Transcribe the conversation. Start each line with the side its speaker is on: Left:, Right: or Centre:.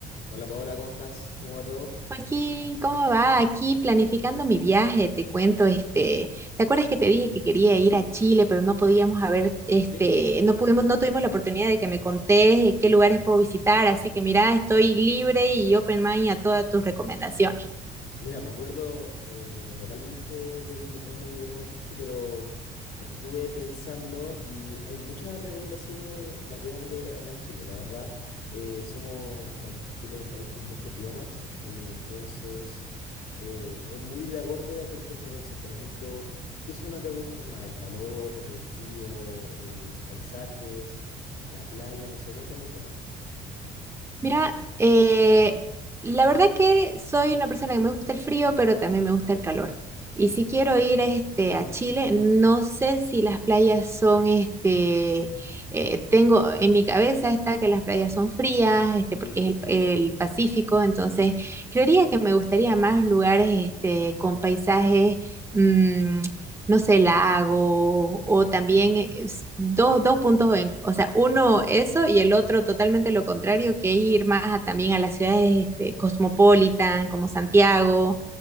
Left: Hola Paola, ¿cómo estás? ¿Cómo va todo?
Right: Joaquín, ¿cómo va? Aquí planificando mi viaje, te cuento, este, ¿te acuerdas que te dije que quería ir a Chile, pero no podíamos haber, este,
Left: Sí,
Right: no pudimos, no tuvimos la oportunidad de que me contés eh, qué lugares puedo visitar, así que mira, estoy libre y open mind a todas tus recomendaciones.
Left: Mira, me acuerdo eh, totalmente de lo cuando me preguntaste, pero estuve pensando y hay muchas recomendaciones variables acá en Chile, la verdad. Eh, somos, bueno, Chile es un país con muchos biomas, eh, entonces eh, es muy de acorde a tus preferencias. Por ejemplo, ¿qué zona te gusta más? ¿El calor, el frío, eh, los paisajes, la playa? No sé, cuéntame un poco.
Right: Mira, eh, la verdad que soy una persona que me gusta el frío, pero también me gusta el calor. Y si quiero ir este, a Chile, no sé si las playas son, este, eh, tengo en mi cabeza está que las playas son frías, este, porque
Left: Sí.
Right: es el, el Pacífico, entonces creería que me gustaría más lugares este, con paisajes mm, no sé, lago, o también es- dos, dos puntos, en- o sea, uno eso y el otro totalmente lo contrario, que es ir más a- también a las ciudades este, cosmopolitan, como Santiago,